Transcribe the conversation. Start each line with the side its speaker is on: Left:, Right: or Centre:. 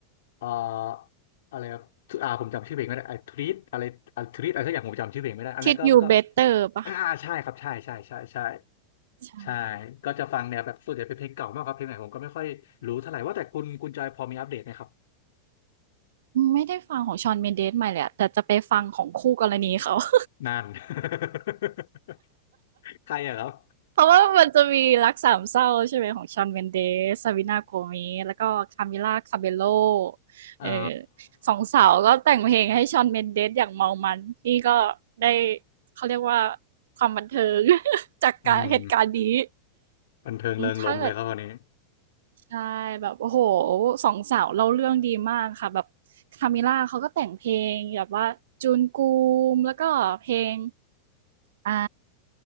Left: เอ่อ อะไรครับทุอ่าผมจำชื่อเพลงไม่ได้ไอ้ทริตอะไรอ่าทริตอะไรสักอย่างผมจำชื่อเพลงไม่ได้อันนี้นก็ก็
Right: t ิด a t You Better ป่ะ
Left: อ่าใช่ครับใช่ใช่ใช่ใช่
Right: ใช่
Left: ใช่ก็จะฟังแนวแบบส่วนใหญ่เป็นเพลงเก่ามากครับเพลงไหนผมก็ไม่ค่อยรู้เท่าไหร่ว่าแต่คุณคุณจอยพอมีอัปเดตไหมครับ
Right: ไม่ได้ฟังของชอนเมนเดสใหม่เลยอะแต่จะไปฟังของคู่กรณีเขา <laughs>
Left: นั่น <laughs> ใครอะครับ
Right: เพราะว่ามันจะมีรักสามเศร้าใช่ไหมของชอนเมนเดสซาวินาโกเมสแล้วก็คามิล่าคาเบโล
Left: อ๋อ
Right: เออสองสาวก็แต่งเพลงให้ชอนเมนเดสอย่างเมามันนี่ก็ได้เขาเรียกว่าความบันเทิง <laughs> จากการเหตุการณ์นี้
Left: อืมบันเทิงเริงรมย์เลยครับวันนี้
Right: ถ้าเกิด ใช่แบบโอ้โฮสองสาวเล่าเรื่องดีมากค่ะแบบ Camila เขาก็แต่งเพลงแบบว่า Jungkook แล้วก็เพลงอ่า